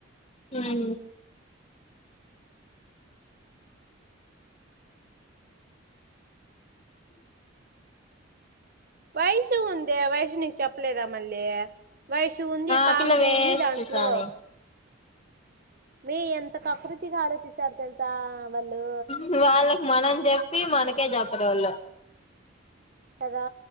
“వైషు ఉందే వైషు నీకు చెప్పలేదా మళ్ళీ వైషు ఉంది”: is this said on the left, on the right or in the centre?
Right